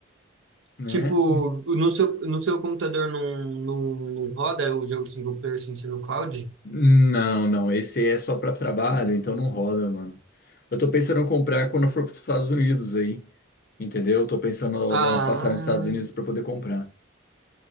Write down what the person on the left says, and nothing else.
né?
Não, não, esse é só pra trabalho, então não roda, mano. Eu tô pensando em comprar quando eu for pros Estados Unidos aí. Entendeu? Tô pensando
em dar uma passada nos Estados Unidos para poder comprar.